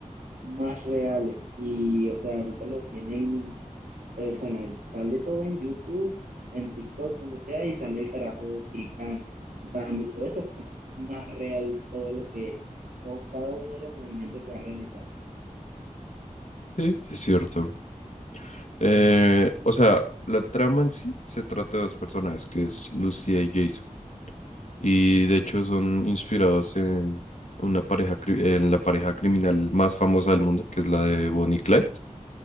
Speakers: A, on the right; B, on the left.
A: más reales. Y o sea, ahorita lo tienen eh, O sea, sale todo en YouTube, en TikTok, donde sea, y sale el carajo picando y todo eso, pues es más real todo lo que, todo, cada uno de los movimientos que va a realizar.
B: Sí, es cierto. Eh, o sea, la trama en sí se trata de dos personajes, que es Lucía y Jason. Y de hecho son inspirados en una pareja, cri- en la pareja criminal más famosa del mundo, que es la de Bonnie y Clyde.